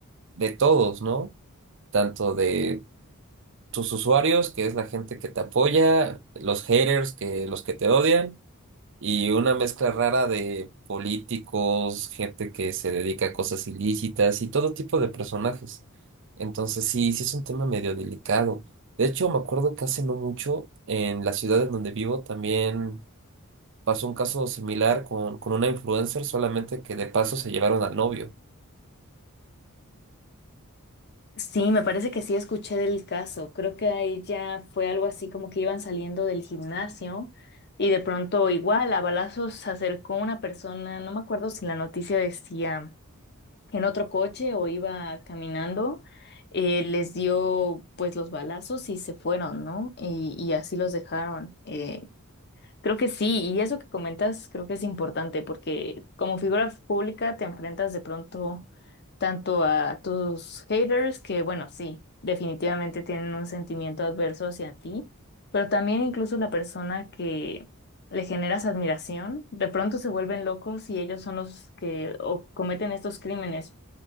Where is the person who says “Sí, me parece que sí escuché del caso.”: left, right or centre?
Left